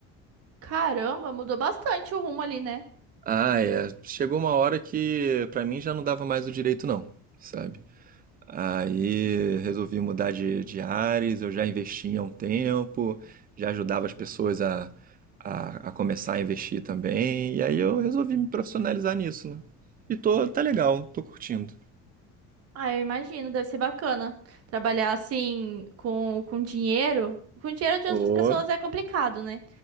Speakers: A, on the right; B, on the right.
A: Caramba, mudou bastante o rumo ali, né?
B: Ah, é. Chegou uma hora que pra mim já não dava mais o direito, não, sabe? Aí resolvi mudar de, de áreas eu já investia há um tempo, já ajudava as pessoas a, a, a começar a investir também, e aí eu resolvi me profissionalizar nisso, né? E tô, tá legal, tô curtindo.
A: Ah, eu imagino, deve ser bacana. Trabalhar assim, com, com dinheiro. Com dinheiro de
B: Ô,
A: outras pessoas é complicado, né?